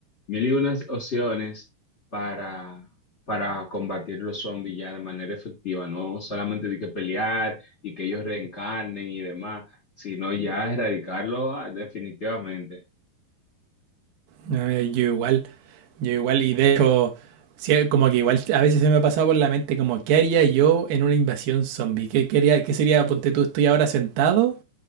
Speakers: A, on the left (about 35°); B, on the right (about 70°).
A: Mil y unas opciones para, para combatir los zombies ya de manera efectiva, no solamente de que pelear y que ellos reencarnen y demás, sino ya erradicarlo ah, definitivamente.
B: No, yo igual, yo igual, y de hecho, sí, como que igual a veces se me ha pasado por la mente como, ¿qué haría yo en una invasión zombie? ¿Qué, qué haría- qué sería, ponte tú, estoy ahora sentado